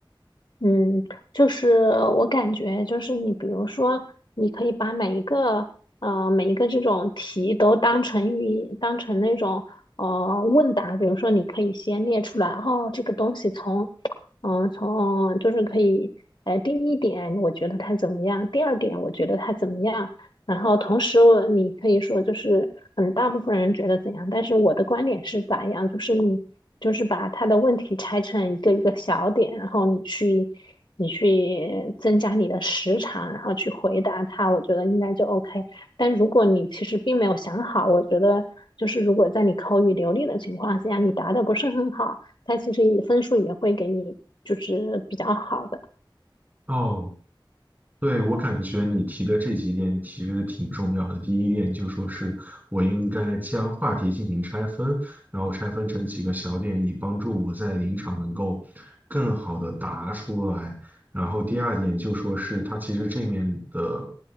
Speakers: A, on the left; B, on the right.
A: 嗯，就是我感觉就是你，比如说，你可以把每一个呃每一个这种题都当成语当成那种呃问答，比如说你可以先列出来，哦，这个东西从嗯、从就是可以呃第一点我觉得它怎么样，第二点我觉得它怎么样，然后同时我你可以说就是，嗯，大部分人觉得怎样，但是我的观点是咋样，就是你就是把他的问题拆成一个一个小点，然后你去你去增加你的时长，然后去回答他，我觉得应该就 OK。但如果你其实并没有想好，我觉得就是如果在你口语流利的情况下，你答的不是很好，他其实也分数也会给你就是比较好的。
B: 哦，对，我感觉你提的这几点其实挺重要的。第一点就说是我应该将话题进行拆分，然后拆分成几个小点，以帮助我在临场能够更好的答出来。然后第二点就说是它其实这面的